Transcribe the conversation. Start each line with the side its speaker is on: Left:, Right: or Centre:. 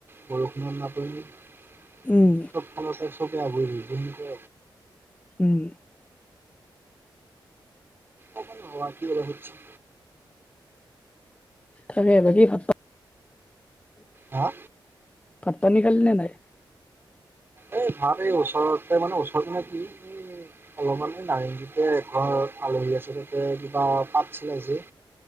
Right: বৰষুণৰ নাটনি চব
Left: উম
Right: চব ফালৰ পৰা চবে আগুৰি ধৰিব
Left: উম
Right: ক'ব নোৱোৰো আৰু কি হ'ব গৈছে।
Left: তাকে বাকী ভাত
Right: হা
Left: ভাত পানী খালি নে নাই?
Right: এই ভাত এই ওচৰতে মানে ওচৰত মানে কি অলপমান নাৰেংগীতে এঘৰ আলহী আছে তাতে কিবা পাতছিল আজি